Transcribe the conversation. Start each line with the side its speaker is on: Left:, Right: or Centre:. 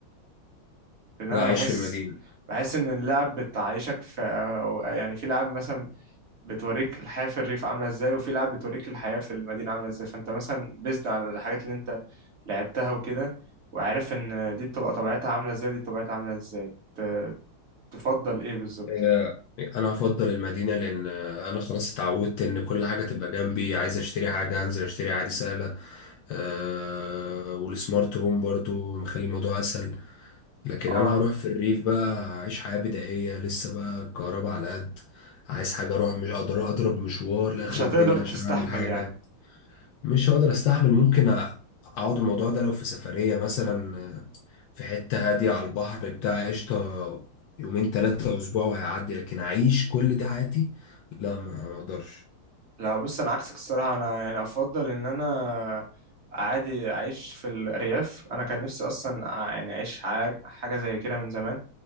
Right: لان
Left: لا
Right: انا
Left: عيش
Right: بحس
Left: في المدينة
Right: بحس ان اللعب بتعيشك في أو- يعني في لعب مثلا بتوريك الحياة في الريف عاملة ازاي وفي لعب بتوريك الحياة في المدينة عاملة ازاي فانت مثلا بيزد على الحاجات اللي انت لعبتها وكده وعارف ان دي بتبقى طبيعتها عاملة ازاي دي طبيعتها عاملة ازاي ت- تفضل ايه بالظبط
Left: هي انا هفضل المدينه لان آه، انا خلاص اتعودت ان كل حاجه تبقى جنبي عايز اشتري حاجه هنزل اشتري عادي سهله أه والسمارت هوم برضو مخلي الموضوع اسهل لكن
Right: اه
Left: انا هروح في الريف بقى هعيش حياه بدائيه لسه بقى الكهرباء على قد عايز حاجه اروح مش اقدر اضرب مشوار لاخر
Right: مش هتقدر
Left: الدنيا
Right: تستحمل
Left: عشان اعمل حاجه
Right: يعني
Left: مش هقدر استحمل ممكن أ- اقعد الموضوع ده لو في سفرية مثلا آه، في حتة هادية على البحر بتاع قشطة يومين تلاتة اسبوع وهيعدي لكن اعيش كل دي حياتي لا ما ما اقدرش
Right: لا بص انا عكسك الصراحه انا يعني افضل ان انا عادي اعيش في الارياف انا كان نفسي اصلا ع- يعني اعيش ع- حاجه زي كده من زمان